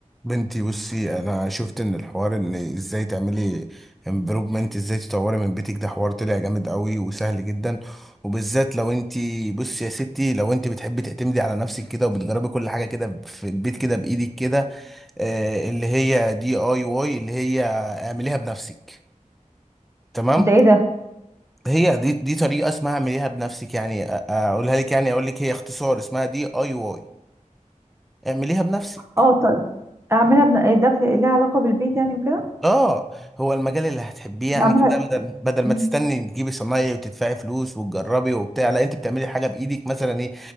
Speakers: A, in the centre; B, on the right.
A: بنتي بصي انا شفت ان الحوار ان ازاي تعملي امبروفمنت ازاي تطوري من بيتك ده حوار طلع جامد قوي وسهل جدا وبالذات لو انت بصي يا ستي لو انت بتحبي تعتمدي على نفسك كده وبتجربي كل حاجه كده في البيت كده بايدك كده آه، اللي هي دي اي واي اللي هي اعمليها بنفسك تمام
B: ده ايه ده
A: هي دي دي طريقه اسمها اعمليها بنفسك يعني أ- اقولها لك يعني اقول لك هي اختصار اسمها دي اي واي اعمليها بنفسك
B: اه طيب اعملها بن... إيه ده في... ليها علاقة بالبيت يعني وكده
A: اه هو المجال اللي هتحبيه يعني
B: بعملها
A: مم. كده بدل بدل ما
B: مم،
A: تستني تجيبي صنايعي وتدفعي فلوس وتجربي وبتاع لا انت بتعملي حاجه بايدك مثلا ايه